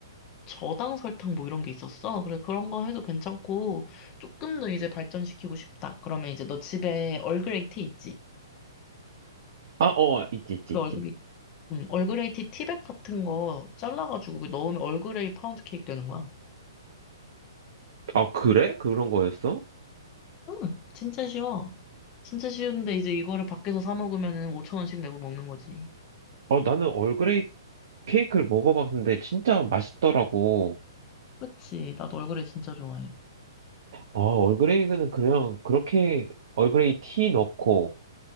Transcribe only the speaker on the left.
저당 설탕 뭐 이런 게 있었어. 그래, 그런 거 해도 괜찮고, 조금 더 이제 발전시키고 싶다. 그러면 이제 너 집에 얼그레이 티 있지?
그
음, 얼그레이 티 티백 같은 거 잘라가지고 그 넣으면 얼그레이 파운드 케이크 되는 거야.
음, 진짜 쉬워. 진짜 쉬운데 이제 이거를 밖에서 사 먹으면은 5천 원씩 내고 먹는 거지.
그치? 나도 얼그레이 진짜 좋아해.